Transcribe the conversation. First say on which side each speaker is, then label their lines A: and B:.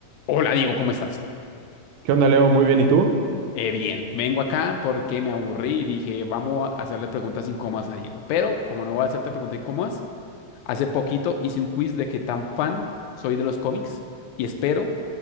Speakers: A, on the left; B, on the right.
A: Hola Diego, ¿cómo estás?
B: ¿Qué onda, Leo? Muy bien, ¿y tú?
A: Eh, bien, vengo acá porque me aburrí y dije, vamos a hacerle preguntas incómodas a Diego. Pero como no voy a hacerte preguntas incómodas, hace poquito hice un quiz de qué tan fan soy de los cómics y espero